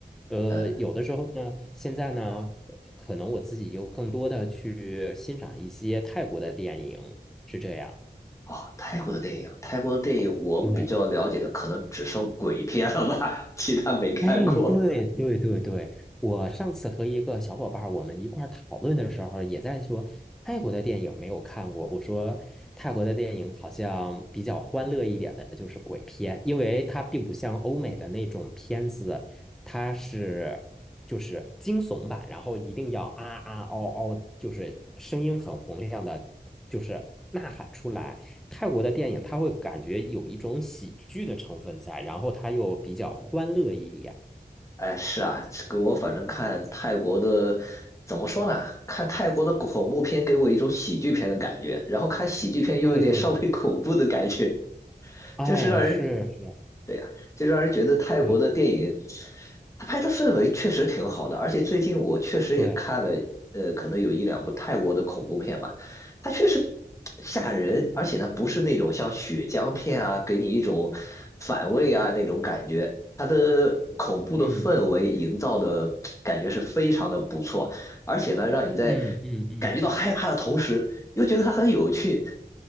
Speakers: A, in the centre; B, on the left.
A: 呃，
B: 呃，
A: 有的时候呢，现在呢，可能我自己又更多的去欣赏一些泰国的电影，是这样。
B: 哦，泰国的电影，泰国的电影我比较了解的可能只剩鬼片了吧，
A: 对
B: <laughs> 其他没看过。
A: 哎，对对对对，我上次和一个小伙伴儿我们一块儿讨论的时候，也在说泰国的电影没有看过。我说泰国的电影好像比较欢乐一点的，就是鬼片，因为它并不像欧美的那种片子，它是。就是惊悚版，然后一定要啊啊嗷嗷，就是声音很洪亮的，就是呐喊出来。泰国的电影它会感觉有一种喜剧的成分在，然后它又比较欢乐一点。
B: 哎，是啊，这个我反正看泰国的，怎么说呢？看泰国的恐怖片给我一种喜剧片的感觉，然后看喜剧片又有点稍微恐怖的感觉，
A: 对对对，哎，
B: 就是让人
A: 是是，
B: 对呀，就让人觉得泰国的电影，
A: 对
B: 他拍的氛围确实挺好的，而且最近我确实也看了，
A: 对，
B: 呃，可能有一两部泰国的恐怖片吧，它确实吓人，而且呢不是那种像血浆片啊，给你一种反胃啊那种感觉，它的恐怖的氛围营造的感觉是非常的不错。
A: 嗯
B: 而且呢，让你在
A: 嗯嗯嗯，
B: 感觉到害怕的同时，又觉得它很有趣。